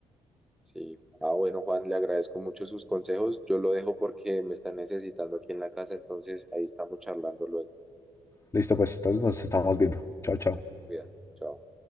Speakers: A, in the centre; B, on the left.
A: Sí. Ah, bueno, Juan, le agradezco mucho sus consejos. Yo lo dejo porque me están necesitando aquí en la casa, entonces ahí estamos charlando luego.
B: Listo, pues entonces nos estamos viendo. Chao, chao.
A: Cuidado. Chao.